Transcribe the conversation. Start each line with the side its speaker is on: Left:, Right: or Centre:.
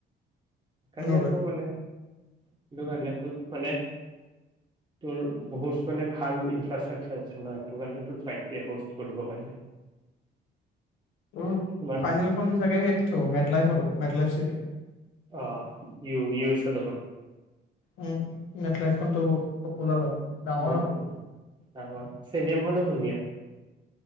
Right: <unintelligible> সেইটো
Left: অ', বে।
Right: কাৰণে তোৰ মানে তোৰ বহুত মানে ভাল ইনফ্ৰাষ্ট্ৰাকচাৰ আছে ন' সেইটো কাৰণে তোৰ পাইছে হ'ষ্ট কৰিব কাৰণে।
Left: অ',
Right: তোমাৰ
Left: ফাইনেল খন চাগে সেই মেটলাই মেটলাইফি
Right: অ', ইউ ইউ এছ এ
Left: উম, মেথাইখনতো বহুত পপুলাৰ হয়। ডাঙৰ
Right: বৰপুত তৰ চ্টেডিয়াম খনো ধুনীয়া।